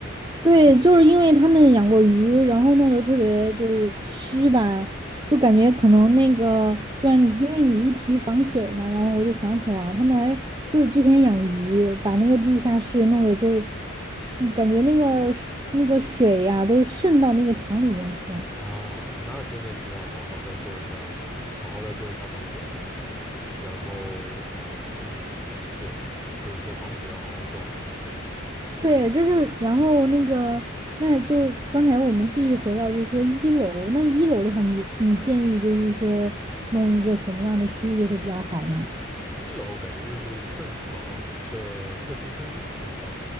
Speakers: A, on the right; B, in the centre.
A: 对，就是因为他们养过鱼，然后弄得特别就是湿吧，就感觉可能那个，就像你因为你一提防水嘛，然后我就想起来，他们还就是之前养鱼，把那个地下室弄得就是，嗯感觉那个水那个水呀、都渗到那个墙里面去了。
B: 啊，那真的是要好好再做一下，好好再做一下防水。然后，嗯，对，就是说防水要好好做好。
A: 对，就是，然后那个，那就刚才我们继续回到，就是说一楼，那一楼的话你，你建议就是说弄一个什么样的区域会比较好呢？
B: 一楼感觉就是正常的客厅、餐厅区域吧。